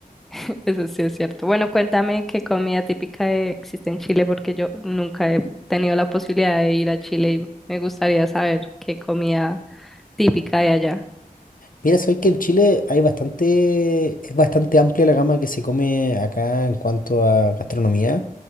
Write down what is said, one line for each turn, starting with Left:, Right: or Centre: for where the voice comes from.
Centre: <laughs> Eso sí es cierto. Bueno, cuéntame qué comida típica eh, existe en Chile, porque yo nunca he tenido la posibilidad de ir a Chile y me gustaría saber qué comida típica hay allá.
Left: Mira, sabéis que en Chile hay bastante, es bastante amplia la gama que se come acá en cuanto a gastronomía.